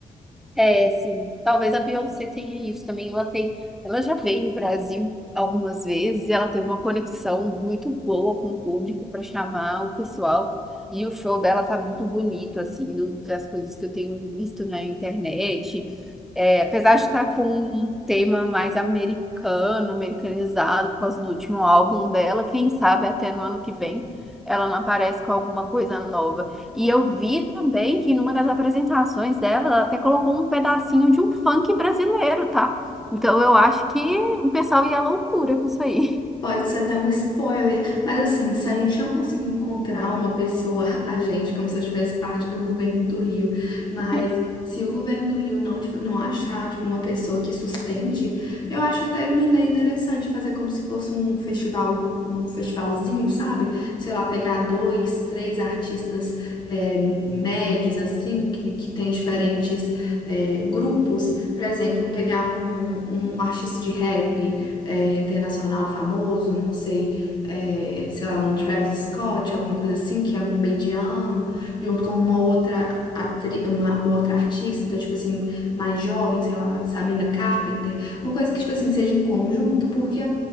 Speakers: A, in the centre; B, on the left.
A: É, sim. Talvez a Beyoncé tenha isso também. Ela tem, ela já veio no Brasil algumas vezes e ela teve uma conexão muito boa com o público para chamar o pessoal. E o show dela tá muito bonito, assim, do- das coisas que eu tenho visto na internet. É, apesar de estar com um tema mais americano, americanizado, por causa do último álbum dela, quem sabe até no ano que vem ela não aparece com alguma coisa nova. E eu vi também que numa das apresentações dela, ela até colocou um pedacinho de um funk brasileiro, tá? Então eu acho que o pessoal ia à loucura com isso aí.
B: Pode ser até um spoiler, mas assim, se a gente não conseguir encontrar uma pessoa, <laughs> a gente, como se eu tivesse parte do governo do Rio, mas
A: <laughs>
B: se o governo do Rio não, tiv- não achar, tipo, uma pessoa que sustente, eu acho até uma ideia interessante fazer como se fosse um festival, um festivalzinho, sabe? Sei lá, pegar dois, três artistas é, médios, assim, que, que tem diferentes é, grupos, por exemplo, pegar um, um artista de rap é, internacional famoso, não sei, é, sei lá, um Travis Scott, alguma coisa assim, que é mediano, junto com uma outra, atri- uma, uma outra artista, tipo assim, mais jovem, sei lá, Sabrina Carpenter, uma coisa que, tipo assim, seja em conjunto, porque,